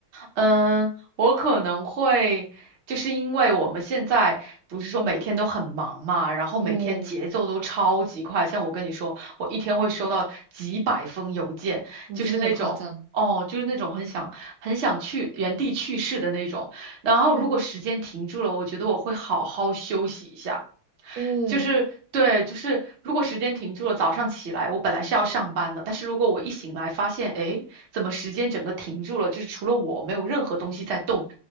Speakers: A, on the right; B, on the right.
A: 嗯，我可能会，就是因为我们现在不是说每天都很忙嘛，然后每天节奏都超级快。
B: 嗯，
A: 像我跟你说，我一天会收到几百封邮件，
B: 你真的很夸张。
A: 就是那种，哦，就是那种很想很想去原地去世的那种。然后如果时间停住了，
B: 嗯
A: 我觉得我会好好休息一下。
B: 嗯
A: 就是对，就是如果时间停住了，早上起来我本来是要上班的，但是如果我一醒来发现，诶，怎么时间整个停住了？就是除了我，没有任何东西在动，